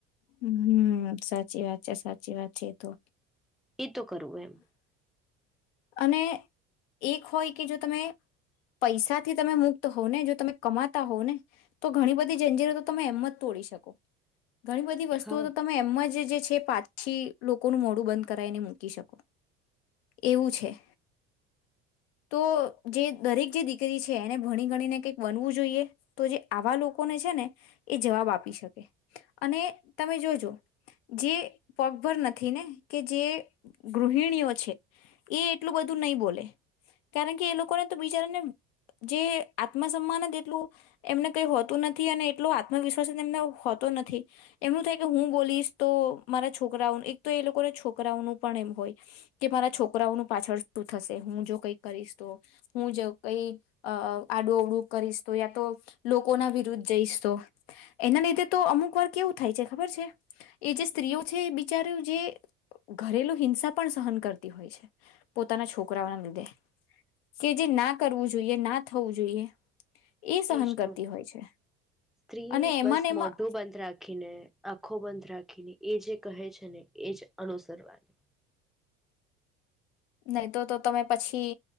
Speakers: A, on the left; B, in the centre.
A: હમ સાચી વાત છે સાચી વાત છે તો
B: એ તો કરવું એમ
A: અને એક હોય કે જો તમે પૈસાથી તમે મુક્ત હોવ ને જો તમે કમાતા હોવ ને તો ઘણી બધી જંજીરતો તમે એમત તોડી શકો ઘણી બધી વસ્તુઓ
B: હા
A: તો તમે એમમાં જ જે છે પારછી લોકોનું મોડું બંધ કરાયને મૂકી શકે એવું છે તો જે દરેક જે દીકરી છે એને ભણી ગણીને કઈક બનવું જોઈએ તો જે આવા લોકોને છે ને એ જવાબ આપી શકે અને તમે જોજો જે પગભર નથી ને કે જે ગૃહિણીઓ છે એ એટલું બધું નહી બોલે કારણ કે એ લોકોને તો બિચારાને જે આત્મસન્માન જ એટલું એમને કઈ હોતું નથી અને એટલો આત્મવિશ્વાસ એમને હોતો નથી એમનું થાય કે હું બોલીશ તો મારા છોકરાઓનું એક તો એ લોકોના છોકરાઓનું પણ એમ હોય કે મારા છોકરાઓનું પાછળ શું થશે હું જો કઈ કરીશ તો હું જો કઈ આડુ ઓવડું કરીશ તો યા તો લોકો ના વિરુદ્ધ જઈશ તો એના લીધે તો અમુક વાર કેવું થાય છે ખબર છે એ જે સ્ત્રીઓ છે એ બિચાર્યું જે ઘરેલું હિંસા પણ સહન કરતી હોય છે પોતાના છોકરાઓના લીધે કે જે ના કરવું જોઈએ ના થવું જોઈએ. એ સહન
B: એજ
A: કરતી
B: તો
A: હોય છે
B: સ્ત્રીએ
A: અને એમાં
B: બસ
A: ને એમાં
B: મોઢું બંધ રાખીને આંખો બંધ રાખીને એજ. કહે છે ને એ જ. અનુસરવાની.
A: નહી તો તો તમે પછી